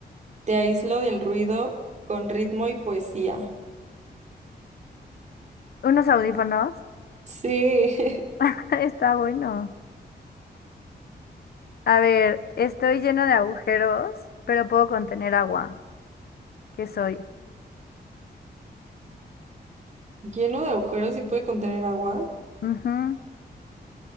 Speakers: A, on the right; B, on the left.
A: Te aíslo del ruido con ritmo y poesía.
B: Unos audífonos.
A: Sí, <laughs>
B: <laughs> Está bueno. A ver, estoy lleno de agujeros, pero puedo contener agua. ¿Qué soy?
A: lleno de agujeros y puede contener agua.
B: Ujú,